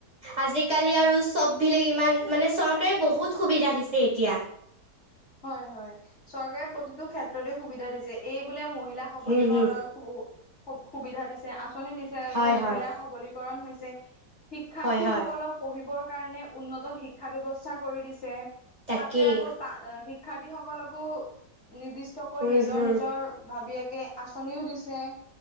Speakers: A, on the right (about 25°); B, on the left (about 40°).
A: আজিকালি আৰু চব বিলাগ ইমান মানে চৰকাৰে বহুত সুবিধা দিছে এতিয়া।
B: হয় হয় চৰকাৰে প্ৰতিটো ক্ষেত্ৰতে সুবিধা দিছে। এই বোলে মহিলা সবলীকৰণত
A: হুম, হুম,
B: সু সু সুবিধা দিছে, আঁচনি দিছে। ছে
A: হয়
B: ত' মহিলাৰ
A: হয়,
B: সবলীকৰণ হৈছে। শিক্ষাৰ্থীসকলক-
A: হয় হয়,
B: পঢ়িবৰ কাৰণে উন্নত শিক্ষা ব্যৱস্থা কৰি দিছে।
A: তাকেই।
B: তাতে আকৌ তা শিক্ষাৰ্থীসকলকো নিৰ্দিষ্টকৈ
A: উম,
B: নিজৰ
A: হুম,
B: নিজৰ ভাবিয়েকে আঁচনিও দিছে।